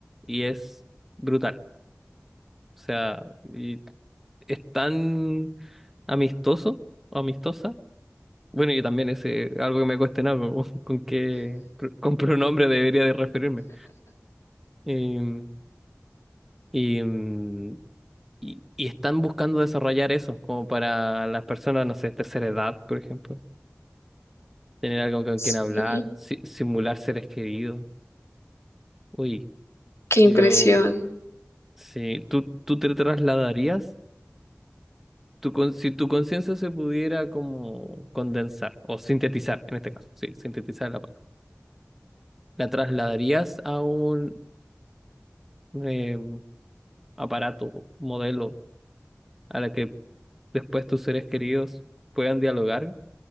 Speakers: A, in the centre; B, on the left.
A: y es brutal. O sea, y es tan amistoso, amistosa. Bueno, yo también ese algo que me he cuestionado con, <laughs> con qué pr- con pronombre debería de referirme. Em, y, mm, y, y están buscando desarrollar eso, como para las personas, no sé, tercera edad, por ejemplo. tener algo con
B: Sí,
A: quien hablar, si- simular seres queridos. Uy,
B: qué
A: yo,
B: impresión.
A: sí, ¿tú, tú te trasladarías? Tu con- si tu conciencia se pudiera como condensar o sintetizar, en este caso, sí, sintetizar la palabra, ¿la trasladarías a un eh, aparato, modelo, a la que después tus seres queridos puedan dialogar